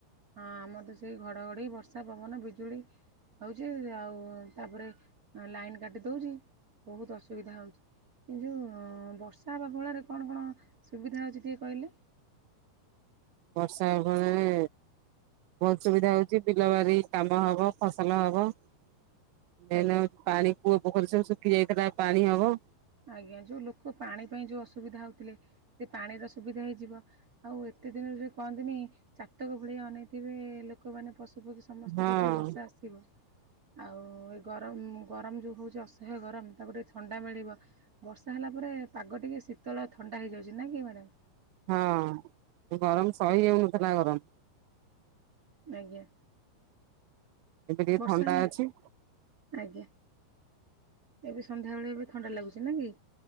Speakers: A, on the right; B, on the right.
A: ହଁ ଆମର ତ ସେଇ ଘଡ଼ଘଡ଼ ବର୍ଷା ବର୍ଷା ପବନ ବିଜୁଳି ହଉଛି ଆଉ ତାପରେ ଲାଇନ୍ କାଟି ଦଉଛି ବହୁତ ଅସୁବିଧା ହଉଛି କି ଯେଉ ବର୍ଷା ହେବା ଫଳରେ କଣ କଣ ସୁବିଧା ହେଉଛି ଟିକେ କହିଲେ।
B: ବର୍ଷା ଫଳରେ ବହୁତ ସୁବିଧା ହଉଛି ବିଲ ବାରି କାମ ହବ ଫସଲ ହବ ନାଇଲେଉ
A: ଆଜ୍ଞା।
B: ପାଣି ପୁଅ ପୋଖର ସୁ ଖି ଯାଇଥିଲା ପାଣି ହବ
A: ଆଜ୍ଞା ଯୋଉ ଲୋକ ପାଣି ପାଇଁ ଯୋଉ ଅସୁବିଧା ହଉଥିଲେ ସେ ପାଣିର ସୁବିଧା ହେଇଯିବ ଆଉ ଏତେ ଦିନରୁ ଯୋଉ କହନ୍ତିନି ଚାାତକ ଭଳିଆ ଅନେଇଥିବେ ଲୋକମାନେ ପ ସେପକି ସମସ୍ତେ
B: ହଁ
A: କେବେ ବର୍ଷା ଆସିବ? ଆଉ ଏ ଗରମ ଗରମ ଯୋଉ ହଉଛି ଅସହ୍ୟ ଗରମ ତାକୁ ଟିକେ ଥଣ୍ଡା ମିଳିବ ବର୍ଷା ହେଲା ପରେ ପାଗ ଟିକେ ଶୀତଳ ଥଣ୍ଡା ହେଇଯାଉଛି ନ କି ମ୍ୟାଡ
B: ହଁ ଗରମ ସହିହଉନଥିଲା ଗରମ
A: ଆଜ୍ଞା।
B: ଏବେ ଟିକେ
A: ବର୍ଷା
B: ଥଣ୍ଡା
A: ହେଲା
B: ଅଛି
A: ଆଜ୍ଞା ଏବେ ସନ୍ଧ୍ୟାବେେଳେ ଏବେ ଥଣ୍ଡା ଲାଗୁଛି ନ କି?